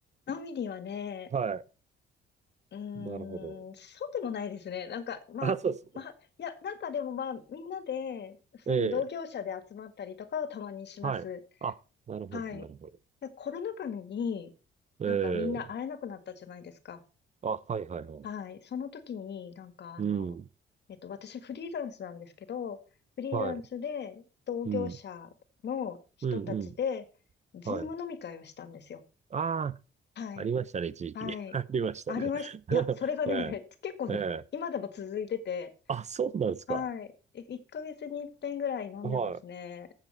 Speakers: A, on the left (about 60°); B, on the right (about 35°).
A: 飲みにはね、
B: はい。
A: うーん、
B: なるほど。
A: そうでもないですね。なんか、まあ、
B: あ、そうです。
A: まあ、いや、なんかでもまあ、みんなで、その同業者で集まったりとかはたまにします。
B: ええ。はい。あ、なるほど、
A: はい。
B: なるほど。
A: で、コロナ禍に、
B: ええ。
A: なんかみんな会えなくなったじゃないですか。
B: あ、はい、はい、はい。
A: はい。その時に、なんかあの、
B: うん。
A: えっと、私フリーランスなんですけど、フリーランスで同業者の人たちで、
B: はい。うん。うん、うん。
A: ズーム飲み会をしたんですよ。
B: はい。ああ、
A: はい。
B: ありましたね、一時期。
A: はい。
B: <laughs> ありましたね。
A: ありました。いや、
B: <laughs>
A: それがね、
B: ええ。
A: <laughs> 結構ね、
B: ええ。
A: 今でも続いてて、
B: あ、そうなんですか。
A: はい。1ヶ月に1遍ぐらい飲んでますね。
B: は